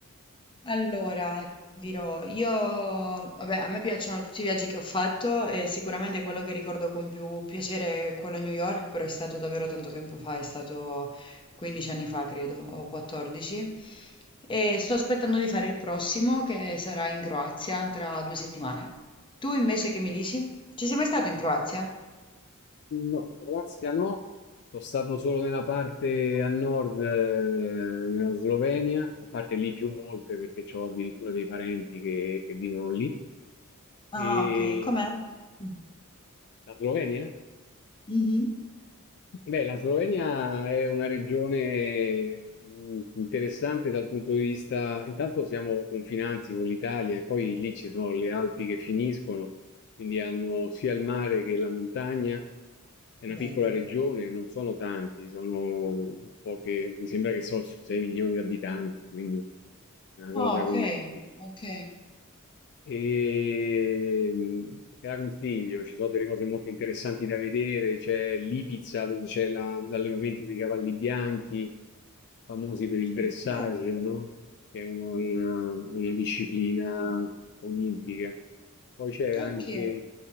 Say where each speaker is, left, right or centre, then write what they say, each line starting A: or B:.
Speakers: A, on the left; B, on the left.
A: Allora, ti dirò, io, vabbè, a me piacciono tutti i viaggi che ho fatto e sicuramente quello che ricordo con più piacere è quello a New York, però è stato davvero tanto tempo fa, è stato 15 anni fa, credo, o 14. E sto aspettando di fare il prossimo che sarà in Croazia tra due settimane. Tu invece che mi dici? Ci sei mai stato in Croazia?
B: No, Croazia no. Sono stato solo nella parte a nord, eh, nella Slovenia, a parte lì più volte perché ho addirittura dei parenti che, che vivono lì.
A: Ah,
B: E
A: ok, com'è? Mm.
B: la Slovenia?
A: Mhm.
B: Beh, la Slovenia è una regione mh, interessante dal punto di vista, intanto siamo confinanti con l'Italia e poi lì ci sono le Alpi che finiscono, quindi hanno sia il mare che la montagna. È
A: Bello.
B: una piccola regione, non sono tanti, sono poche, mi sembra che sono 6 milioni di abitanti, quindi è una cosa
A: Ah, ok,
B: come
A: ok.
B: e, mhmm, te la consiglio, ci sono delle cose molto interessanti da vedere. C'è Lipizza dove c'è la- l'allevamento dei cavalli bianchi, famosi per il dressage,
A: Ok,
B: no? Che è uno- una, una disciplina olimpica. Poi c'è anche,
A: ok.